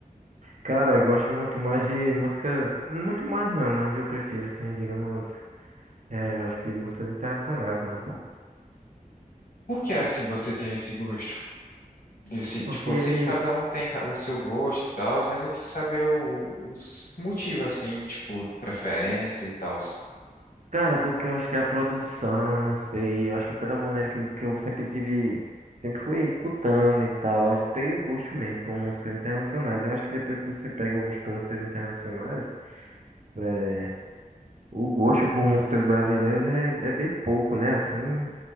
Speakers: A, on the right (about 55°); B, on the left (about 80°).
A: Cara, eu gosto muito mais de músicas. Muito mais não, mas eu prefiro, assim, digamos. É, eu acho que músicas internacionais, mano.
B: Por que assim você tem esse gosto? Disse,
A: Porque.
B: tipo, eu sei que cada um tem ca- o seu gosto e tal, mas eu queria saber o- os motivos, assim, tipo, preferência e tal.
A: Cara, porque eu acho que a produção, não sei, eu acho que pela maneira que, eu- que eu sempre tive, sempre fui escutando e tal, aí eu peguei o gosto mesmo por músicas internacionais. Eu acho que depois que você pega o gosto por músicas internacionais, é, o gosto por músicas brasileiras é, é bem pouco, né? Assim,